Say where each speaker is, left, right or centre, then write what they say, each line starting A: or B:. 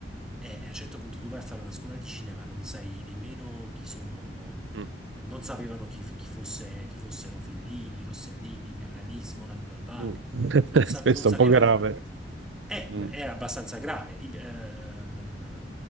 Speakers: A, in the centre; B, on the right.
A: E a un certo punto tu vai a fare una scuola di cinema, non sai nemmeno chi sono,
B: Mm.
A: non sapevano chi, chi fosse, chi fossero Fellini, Rossellini, il neorealismo, la Nouvelle Vague
B: Mm. <laughs>
A: non, sa-
B: Questo
A: non sapevano,
B: è un po' grave.
A: eh,
B: Mm.
A: era abbastanza grave, I- eh,